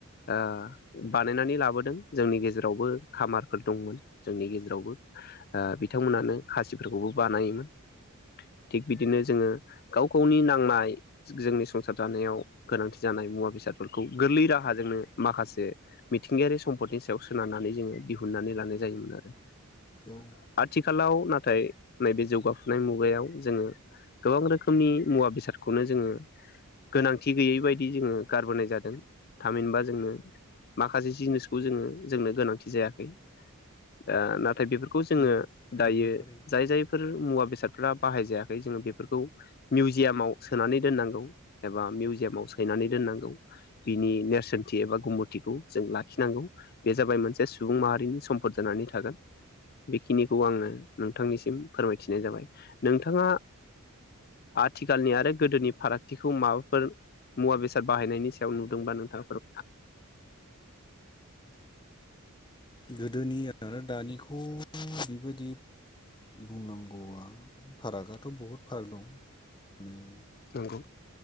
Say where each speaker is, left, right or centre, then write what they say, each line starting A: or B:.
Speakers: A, on the left (about 45°); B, on the left (about 20°).
A: ओ बानायनानै लाबोदों जोंनि गेजेराव नावबो खामारफोर दंमोन जोंनि गेजेरावबो। ओ बिथांमोनानो खासिफोरखौबो बानायोमोन। थिग बिदिनो जोङो गाव गावनि नांनाय जोंनि संसार जानायाव गोनांथि जानाय मुवा बेसादफोरखौ गोरलै राहाजोंनो माखासे मिथिंगायारि सम्पदनि सायाव सोनारनानै जोङो दिहुननानै लानाय जायोमोन आरो
B: औ
A: आथिखालाव नाथाय नैबे जौगाफुनाय मुगायाव जोङो गोबां रोखोमनि मुवा बेसादखौनो जोङो गोनांथि गैयि बायदि जोङो गारबोनाय जादों थामहिनबा जोंनो माखासे जिनिसखौ जोङो जोंनो गोनांथि जायाखै ओ नाथाय बेफोरखौ खौ जोङो
B: उम
A: दायो
B: नंगौ थारैनो
A: जाय जायफोर मुवा बेसादफ्रा बाहाय जायाखै जोङो बेफोरखौ मिउजियामाव सोनानै दोननांगौ। एबा मिउजियामाव सैनानै दोननांगौ। बिनि नेरसोनथि एबा गुमुरथिखौ जों लाखिनांगौ। बे जाबाय मोनसे सुबुं माहारिनि सम्पद जानानै थागोन बेखिनिखौ आङो नोंथांनिसिम फोरमायथिनाय जाबाय नोंथाङा आथिखालनि आरो गोदोनि फाराग थिखौ माबाफोर मुवा बेसाद बाहायनायनि सायाव नुदोंबा नोंथाङा फोर
B: गोदोनि आरो दानिखौ बेबायदि बुंनांगौआ फारागाथ' बहुद फाराग दं माने
A: नंगौ।